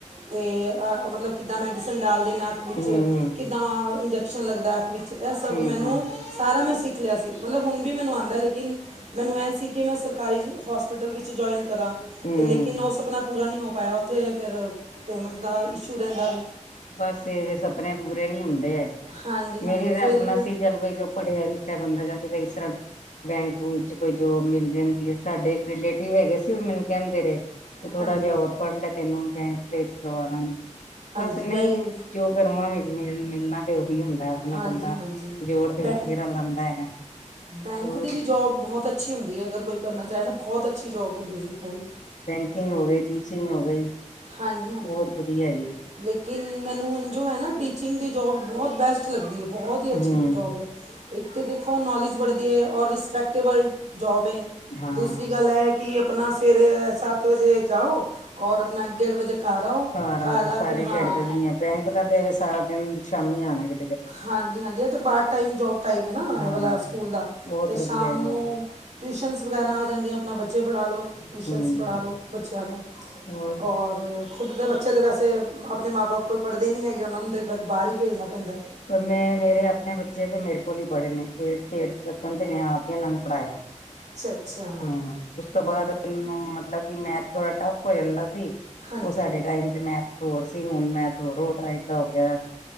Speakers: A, on the right (about 65°); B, on the left (about 75°).
A: ਤੇ ਮਤਲਬ ਕਿੱਦਾਂ ਮੈਡੀਸਨ ਡਾਲਦੇ ਨੇ ਅੱਖ ਵਿੱਚ
B: ਹਮ ਹਮ
A: ਕਿੱਦਾਂ ਇੰਜ। ਲੱਗਦਾ ਵਿੱਚ ਇਹ ਸਭ
B: ਠੀਕ
A: ਮੈਨੂੰ
B: ਹੈ
A: ਸਾਰਾ ਮੈਂ ਸਿੱਖ ਲਿਆ ਸੀ। ਮਤਲਬ ਹੁਣ ਵੀ ਮੈਨੂੰ ਆਉਂਦਾ ਲੇਕਿਨ ਮੈਨੂੰ ਇਹ ਸੀ ਕਿ ਮੈਂ ਸਰਕਾਰੀ ਹੋਸਪਿਟਲ ਵਿੱਚ ਜੁਆਇਨ। ਕਰਾਂ
B: ਹਮ
A: ਤੇ ਲੇਕਿਨ ਉਹ ਸਪਨਾ ਪੂਰਾ ਨਹੀਂ ਹੋ ਪਾਇਆ ਉੱਥੇ ਫਿਰ ਪੇਮੈਂਟ ਦਾ ਇਸ਼ੂ ਰਹਿੰਦਾ ਵੈ।
B: ਬਸ ਇਹਵੇਂ ਸਪਨੇ ਪੂਰੇ ਨਹੀਂ ਹੁੰਦੇ ਹੈਗੇ
A: ਹਾਂਜੀ ਹਾਂਜੀ
B: ਮੇਰੀ ਕਿ
A: ਫਿਰ
B: ਆਪਣਾ ਸੀ ਚਲ ਬਈ ਪੜ੍ਹਿਆ ਲਿਖਿਆ ਬੰਦਾ ਜਾਂ ਕਿਤੇ ਇਸ ਤਰ੍ਹਾਂ। ਬੈਂਕ ਬੁੰਕ ਚ ਕੋਈ ਜੋਬ ਮਿਲ ਜਾਂਦੀ ਹੈ। ਸਾਡੇ ਇੱਕ ਰਿਲੇਟਿਵ ਹੈਗੇ ਸੀ ਮੈਨੂੰ ਕਹਿੰਦੇ ਰਹੇ। ਤੂੰ ਥੋੜ੍ਹਾ
A: ਹਾਂਜੀ
B: ਜਿਹਾ ਹੋਰ ਪੜ੍ਹ ਲੈ ਤੈਨੂੰ ਬੈਂਕ ਦੇ ਵਿੱਚ ਕਰਵਾ ਦਵਾਂਗੇ।
A: ਹਾਂਜੀ।
B: ਨਹੀਂ
A: ਬੈਂਕ
B: ਜੋ ਕਰਮਾ ਵਿੱਚ ਮਿਲ ਮਿਲਣਾ ਤੇ ਓਹੀ ਆ। ਵੀ ਹੁੰਦਾ ਆਪਣਾ
A: ਹਾਂਜੀ
B: ਬੰਦਾ
A: ਹਾਂਜੀ
B: ਜੋਰ ਤੇ
A: ਬੈਂਕ
B: ਬਥੇਰਾ ਲਾਉਂਦਾ।
A: ਬੈਂਕ
B: ਹੋਰ
A: ਦੀ ਵੀ ਜੋਬ ਬਹੁਤ ਅੱਛੀ ਹੁੰਦੀ ਐ ਅਗਰ ਕੋਈ ਕਰਨਾ ਚਾਹੇ ਨਾ ਬਹੁਤ ਅੱਛੀ ਜੋਬ ਹੁੰਦੀ ਜੀ ਬੈਂਕ ਦੀ।
B: ਕੁਕਿੰਗ ਗਈ ਟੀਚਿੰਗ ਹੋ ਗਈ।
A: ਹਾਂਜੀ-ਹਾਂਜੀ
B: ਬਹੁਤ ਵਧੀਆ ਹੈਗੀ
A: ਲੇਕਿਨ। ਮੈਨੂੰ ਹੁਣ ਜੋ ਹੈਨਾ ਟੀਚਿੰਗ ਦੀ ਜੋਬ ਬੋਹਤ ਬੈਸਟ ਲੱਗਦੀ ਐ ਬੋਹਤ ਹੀ ਅੱਛੀ
B: ਹਮ
A: ਜੋਬ ਐ। ਇੱਕ ਤਾਂ ਦੇਖੋ ਨੌਲੇਜ ਬੜਦੀ ਐ ਔਰ ਰਿਸਪੈਕਟੇਬਲ ਜੋਬ ਐ
B: ਹਾਂ
A: ਦੂਸਰੀ ਗੱਲ ਐ ਕਿ। ਕਿ ਆਪਣਾ ਸਵੇਰੇ ਸੱਤ ਵਜੇ ਜਾਓ ਔਰ ਆਪਣਾ ਇੱਕ ਡੇਢ ਵਜੇ। ਘਰ ਆਓ
B: ਘਰ ਆ ਜਾਓ ਸਾਰੀ
A: ਕੇ ਹਾਂ
B: ਦਿਹਾੜੀ ਦਾ ਵੀ ਨੀ ਹੈ ਬੈਂਕ ਦਾ ਤੇ ਸਾਰਾ ਦਿਨ ਸ਼ਾਮੀ ਆਣਾ ਹੈਗਾ।
A: ਹਾਂਜੀ-ਹਾਂਜੀ ਐ ਤਾਂ ਪਾਰਟ ਟਾਈਮ ਜੋਬ ਟਾਈਪ ਐ ਨਾ
B: ਹਾਂ
A: ਐ ਵਾਲਾ ਸਕੂਲ ਦਾ
B: ਬਹੁਤ
A: ਤੇ ਸ਼ਾਮ
B: ਵਧੀਆ
A: ਨੂੰ
B: ਜੀ ਉਹ
A: ਟਿਊਸ਼ਨਸ। ਵਗੈਰਾ ਆ ਜਾਂਦੀਆਂ ਆਪਣਾ ਬੱਚੇ ਪੜ੍ਹਾ ਲਉ ਟਿਊਸ਼ਨਸ
B: ਹੂੰ
A: ਪੜ੍ਹਾ ਲਉ ਬੱਚਿਆਂ ਨੂੰ
B: ਹੋਰ
A: ਔਰ। ਖੁਦ ਦੇ ਬੱਚੇ ਤਾਂ ਵੈਸੇ ਆਪਣੇ ਮਾਂ ਬਾਪ ਕੋਲ ਪੜ੍ਹਦੇ ਈ ਨੀ ਹੈਗੇ ਓਨਾਂ ਨੂੰ ਤੇ ਫੇਰ ਬਾਹਰ ਹੀ ਭੇਜਣਾ ਪੈਂਦਾ।
B: ਪਰ ਮੈਂ ਮੇਰੇ ਆਪਣੇ ਬੱਚੇ ਤੇ ਮੇਰੇ ਕੋਲ ਈ ਪੜ੍ਹੇ ਨੇ ਏਟ ਤੇ ਏਟਥ ਤੱਕਣ ਤੇ ਮੈਂ ਆਪ ਹੀ ਓਨਾਂ ਨੂੰ ਪੜ੍ਹਾਇਆ।
A: ਅੱਛਾ-ਅੱਛਾ।
B: ਹਾਂ ਉਸ ਤੋਂ ਬਾਅਦ ਮੈਨੂੰ ਮਤਲਬ ਕਿ ਮੈਥ ਥੋੜ੍ਹਾ ਟੱਫ ਹੋ ਜਾਂਦਾ। ਸੀ
A: ਹਾਂਜੀ
B: ਉਹ ਸਾਡੇ ਟਾਈਮ ਤੇ ਮੈਂਥ ਹੋਰ ਸੀ ਹੁਣ ਮੈਂਥ ਹੋਰ ਟਾਈਪ ਦਾ ਹੋ ਗਿਆ।